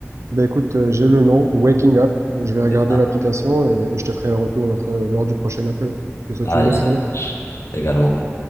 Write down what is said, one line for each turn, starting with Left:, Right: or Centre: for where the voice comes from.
Right: Ben écoute, euh, j'ai le nom, Waking Up. Je vais regarder
Left: C'est ça.
Right: l'application et, et je te ferai un retour notre- lors du prochain appel. Je te souhaite
Left: Allez,
Right: une bonne
Left: ça
Right: journée.
Left: marche. Également.